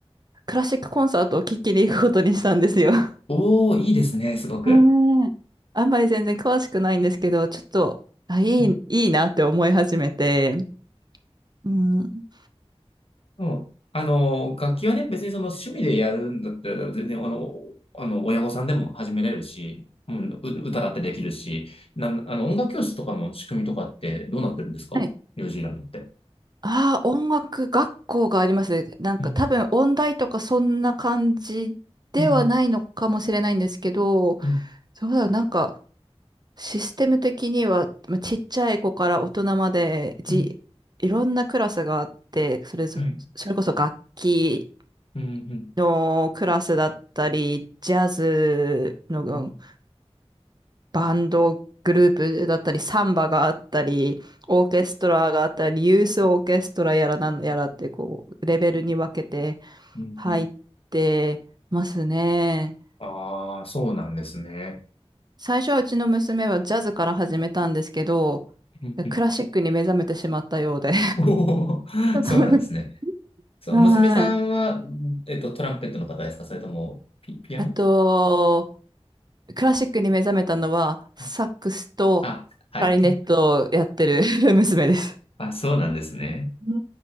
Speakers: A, on the right (about 40°); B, on the left (about 60°).
A: クラシックコンサートを聴きに行くことにしたんですよ。<laughs>
B: おー、いいですね、すごく。
A: うん。<laughs> あんまり全然詳しくないんですけど、ちょっと、あ、いい、
B: <laughs>
A: いいなって思い始めて、うん。
B: うん。あの、楽器はね、別にその趣味でやるんだったら、全然、あの、あの、親御さんでも始めれるし、うん、う歌だってできるし、なん、あの、音楽教室とかの仕組みとかってどうなってるんですかニュージーランドって。
A: はい。ああ、音楽学校がありますね。なんか多分音大とかそんな感じではないのかもしれないんですけど、
B: うん、うん、うん、
A: そうだ、なんか、システム的には、まあちっちゃい子から大人まで、じ、
B: うん、
A: いろんなクラスがあって、それぞ、
B: はい。
A: それこそ楽器
B: うん、うん、
A: のクラスだったり、ジャズのうん
B: うん、
A: バンドグループだったり、サンバがあったり、オーケストラがあったり、ユースオーケストラやらなんやらって、こう、レベルに分けて
B: うん、
A: 入ってますね。
B: うん。ああ、そうなんですね。
A: 最初はうちの娘はジャズから始めたんですけど、
B: うんうん
A: クラシックに目覚めてしまったようで。
B: おーそうなんですね。
A: <laughs>
B: そう、
A: はい。
B: 娘さんは、えっと、トランペットの方ですかそれとも、ピ、ピアノ
A: あと、クラシックに目覚めたのは、サックスとクラリネットをやってる
B: はい。あ、はい。
A: <laughs> 娘です。
B: あ、そうなんですね。
A: うー